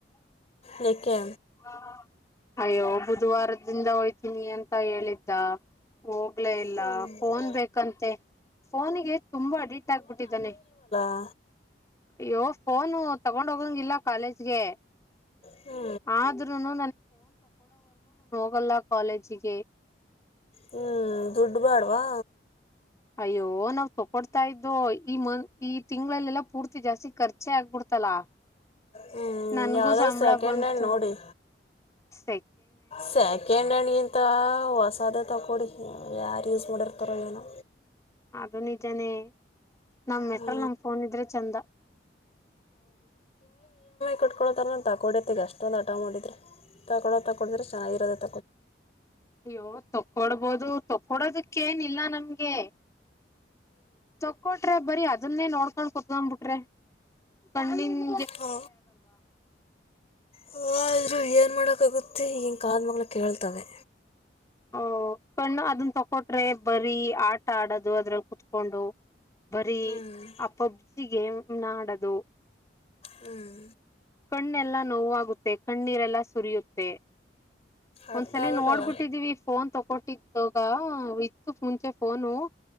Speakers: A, on the left; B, on the left.
A: ನೆಕ್ಕೆ
B: ಹಾ ಅಯ್ಯೋ ಬುಧವಾರದಿಂದ ಹೋಯ್ತೀನಿ ಅಂತ ಹೇಳಿದ್ದ ಹೊ ಹೊಗಲೇ ಇಲ್ಲ
A: ಹ್ಞೂ
B: ಫೋನ್ ಬೇಕಂತೆ ಫೋನಗೆ ತುಂಬಾ ಅಡಿಕ್ಟ್ ಆಗ್ಬಿಟ್ಟಿದ್ದಾನೆ.
A: ವ
B: ಅಯ್ಯೋ ಫೋನು ತಗೊಂಡ ಹೋಗಗಿಲ್ಲ ಕಾಲೇಜ್ಗೆ
A: ಹ್ಞೂ
B: ಆದ್ರೂನು ಗೊಲ್ಲ ಕಾಲೇಜಿಗೆ
A: ಹ್ಮ್ ದುಡ್ಡು ಬಾಡವಾ
B: ಅಯ್ಯೋ ನಾವ್ ತಕೊಡ್ತಾ ಇದ್ದೋ ಈ ಮ ಈ ತಿಂಗಳಲ್ಲೆಲ್ಲಾ ಪೂರ್ತಿ ಜಾಸ್ತಿ ಖರ್ಚೆ ಆಗ್ಬಿಡ್ತ. ಲಾ
A: ಹ್ಞೂ
B: ನನ್ಗೂ
A: ಯಾವ್ದಾರು
B: ಸಂಬಳ
A: ಸೆಕೆಂಡ್
B: ಬಂತು
A: ಹ್ಯಾಂಡ್ ನೋಡಿ
B: ಸ.
A: ಸೆಕೆಂಡ್ ಹ್ಯಾಂಡ್ ಇಂತ ವಸ್. ಸೊ ಅದೇ ತಗೋಡಿ ಯಾರು ಯೂಸ್ ಮಾಡಿರ್ತಾರೋ ಏನೋ.
B: ಅದು ನಿಜಾನೆ. ನಮ್ ಹೆಸ್ರಲ್
A: ಹ್ಞೂ
B: ನಮ್ ಫೋನ್ ಇದ್ರೆ ಚಂದ.
A: ಕಟ್ಕೊತಾರ ತಗೊಡತ್ತತಿಗಷ್ಟೊಂದು ಆಟ ಮಾಡಿದ್ರೆ ತೊಳೋ ತಗೊಂಡಿದ್ರೆ ಚೆನ್ನಾಗಿರತ್ತೆ.
B: ಅಯ್ಯೋ ತಕ್ಕೊಡ್ಬೋದು. ಕೊಡೋದಕ್ಕೇಏನಿಲ್ಲ ನಮ್ಗೆ. ತಕ್ಕೊಟ್ರೆ ಬರ ಅದನ್ನೇ ನೋಡ್ಕೊಂಡ್ ಕುೂತ್ಂಬಬಿಟ್ರಿ ಕಣ್ಣಿಂದ.
A: ಹಾ ಹ ಇದ್ರು ಏನ್ ಮಾಡ. ಅಕ್ಕ ಗುತ್ತಿ ಈಗಿನ ಕಾದ ಮಳ ಕೇಳ್ತವೆ.
B: ಹೂ. ಕಣ್ಣು ಅದನ್ನ ತಕೊಟ್ರೆ ಬರಿ ಆಟ ಆಡದು ಅದ್ರಲ್ಲಿ ಕುೂತ್ಕೊಂಡು. ಬರೀ
A: ಹ್ಞೂ
B: ಆ ಪಬ್ಜಿ ಗೇಮ್ ನಾಡದು.
A: ಹ್ಮ್.
B: ಕಣ್ಣೆಲ್ಲಾ ನೋವಾಗುತ್ತೆ ಕಣ್ಣೀರೆಲ್ಲ ಸುರಿಯುತ್ತೆ.
A: ಅರ್ಥ
B: ಒಂದ್ಸಲ
A: ಆಗಬೇಕಲ್ಲ
B: ನೋಡ್ಬಿಟ್ಟಿದೀವಿ ಫೋನ್ ತಕೊಟ್ಟಿದ್ದಾಗ ಇತ್ತು ಮುಂಚೆ ಫೋನು.